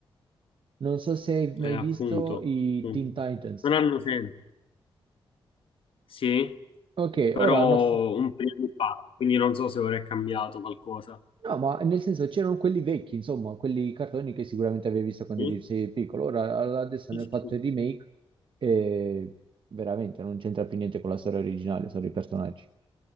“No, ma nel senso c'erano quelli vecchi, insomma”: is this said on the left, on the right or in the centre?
Right